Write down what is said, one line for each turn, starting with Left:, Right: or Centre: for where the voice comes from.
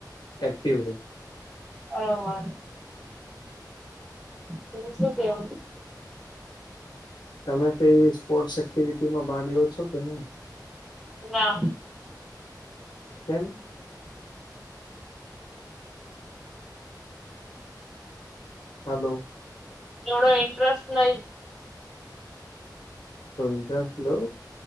Left: એક્ટિવ રે
Centre: ઓ <unintelligible> તમે શું કેવ?
Left: તમે તો એવી સ્પોર્ટ્સ એક્ટિવિટીમાં ભાગ લો છો કે નહી?
Centre: ના.
Left: કેમ? હલો.
Centre: એવડો ઇન્ટરેસ્ટ નઈ.
Left: તો ઇન્ટરેસ્ટ લો.